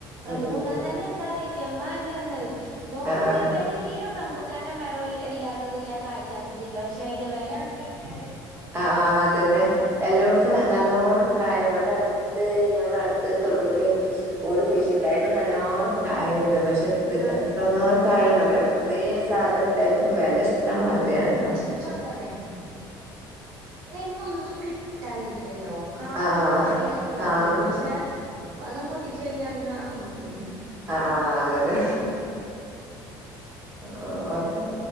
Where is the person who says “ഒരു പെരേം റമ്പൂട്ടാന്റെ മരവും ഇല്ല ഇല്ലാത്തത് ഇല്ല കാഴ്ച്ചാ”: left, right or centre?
Right